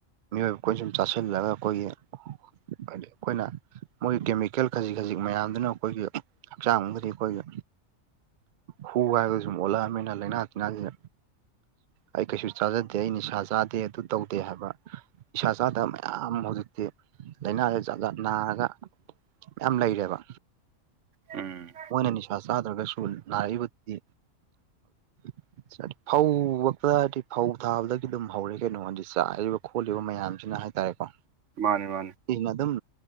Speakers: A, on the right; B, on the right.
A: ꯃꯤꯑꯣꯏꯕ ꯑꯩꯈꯣꯏꯅ ꯁꯨꯝ ꯆꯥꯁꯤꯜꯂꯒ ꯑꯩꯈꯣꯏꯒꯤ ꯍꯥꯏꯗꯤ ꯑꯩꯈꯣꯏꯅ ꯃꯣꯏ ꯀꯦꯃꯤꯀꯦꯜ ꯈꯖꯤꯛ ꯈꯖꯤꯛ ꯃꯌꯥꯝꯗꯨꯅ ꯑꯩꯈꯣꯏꯒꯤ ꯍꯛꯆꯥꯡ ꯃꯅꯨꯡꯗꯗꯤ ꯑꯩꯈꯣꯏꯒꯤ ꯍꯨ ꯍꯥꯏꯕꯁꯤꯃ ꯁꯨꯝ ꯑꯣꯜꯂꯛꯑꯕꯅꯤꯅ ꯂꯥꯏꯅꯥ ꯇꯤꯟꯅꯥꯁꯦ ꯑꯩ ꯀꯩꯁꯨ ꯆꯥꯖꯗꯦ ꯑꯩ ꯅꯤꯁꯥ ꯆꯥꯗꯦ ꯑꯗꯨ ꯇꯧꯗꯦ ꯍꯥꯏꯕ ꯅꯤꯁꯥ ꯆꯥꯗꯕ ꯃꯌꯥꯝ ꯍꯧꯖꯤꯛꯇꯤ ꯂꯥꯏꯅꯥꯁꯦ ꯖꯥꯠ ꯖꯥꯠ ꯅꯥꯔꯒ ꯌꯥꯝ ꯂꯩꯔꯦꯕ
B: ꯎꯝ
A: ꯃꯣꯏꯅ ꯅꯤꯁꯥ ꯆꯥꯗ꯭ꯔꯒꯁꯨ ꯅꯥꯔꯛꯏꯕꯗꯨꯗꯤ <unintelligible> ꯐꯧ ꯕꯣꯛꯇ ꯗꯤ ꯐꯧ ꯊꯥꯕꯗꯒꯤ ꯑꯗꯨꯝ ꯍꯧꯔꯦ ꯀꯩꯅꯣ ꯍꯥꯏꯗꯤ ꯆꯥꯏꯔꯤꯕ ꯈꯣꯠꯂꯤꯕ ꯃꯌꯥꯝꯁꯤꯅ ꯍꯥꯏꯇꯥꯔꯦꯀꯣ
B: ꯃꯥꯅꯦ ꯃꯥꯅꯦ
A: ꯁꯤꯖꯤꯅ ꯑꯗꯨꯝ